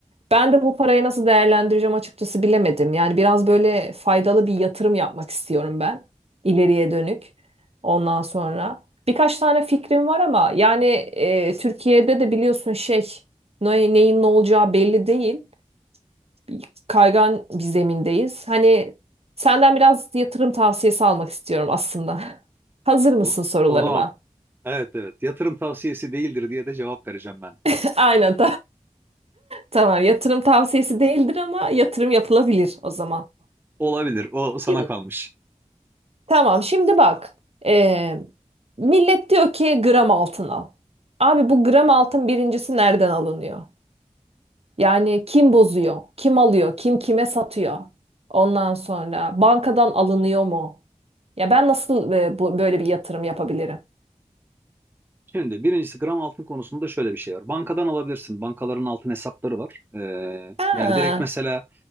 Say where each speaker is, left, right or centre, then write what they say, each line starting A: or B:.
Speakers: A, on the right; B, on the right.
A: Ben de bu parayı nasıl değerlendireceğim açıkçası bilemedim. Yani biraz böyle faydalı bir yatırım yapmak istiyorum ben ileriye dönük. Ondan sonra birkaç tane fikrim var ama yani e, Türkiye'de de biliyorsun şey ne- neyin ne olacağı belli değil. Bir Kaygan bir zemindeyiz. Hani senden biraz yatırım tavsiyesi almak istiyorum aslında. <laughs> Hazır mısın
B: O,
A: sorularıma?
B: o zaman evet evet yatırım tavsiyesi değildir diye de cevap vereceğim ben.
A: <laughs> Aynen. Tamam, yatırım tavsiyesi değildir ama yatırım yapılabilir o zaman.
B: Olabilir. O sana
A: Şimdi,
B: kalmış.
A: tamam, şimdi bak. Ee, millet diyor ki gram altın al. Abi bu gram altın birincisi nereden alınıyor? Yani kim bozuyor? Kim alıyor? Kim kime satıyor? Ondan sonra bankadan alınıyor mu? Ya ben nasıl e, bu, böyle bir yatırım yapabilirim?
B: Şimdi birincisi gram altın konusunda şöyle bir şey var. Bankadan alabilirsin. Bankaların altın hesapları var. Ee,
A: Ha.
B: yani direkt mesela